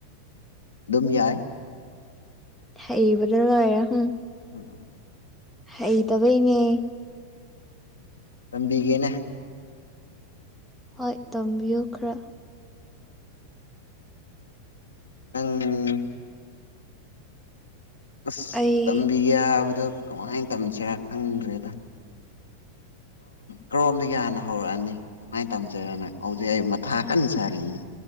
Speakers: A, on the left; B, in the centre.
A: ꯑꯗꯨꯝ ꯌꯥꯏ
B: ꯍꯕꯗꯅ ꯂꯦ ꯍ
A: ꯎꯝ
B: ꯑꯩ ꯇꯕ ꯏꯅꯦ
A: ꯇꯝꯕꯤꯒꯦꯅꯦ
B: ꯍꯣꯏ ꯇꯝꯕꯤꯌꯨ ꯈꯔ
A: ꯎꯪ ꯑꯁ
B: ꯑꯩ
A: ꯇꯝꯕꯤꯒꯦ ꯍꯥꯏꯕꯗꯣ ꯀꯃꯥꯏꯅ ꯇꯝꯁꯦ ꯈꯪꯗ꯭ꯔꯦꯗ ꯀꯔꯣꯝꯗꯒꯤ ꯌꯥꯅ ꯍꯧꯔꯛꯑꯅꯤ ꯁꯨꯃꯥꯏꯅ ꯇꯝꯖꯔꯅ ꯍꯧꯖꯤꯛ ꯑꯩ ꯃꯊꯥ ꯀꯟꯅ ꯁꯥꯔꯤꯌꯦ